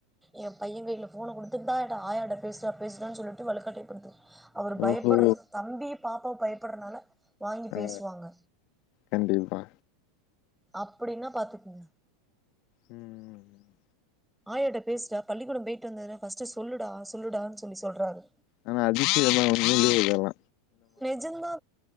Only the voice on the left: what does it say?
ஓஹோ
ஆ கண்டிப்பா
உம் உம் உம்
ஆனா அதிசய தான் உண்மையிலேயே இதயெல்லா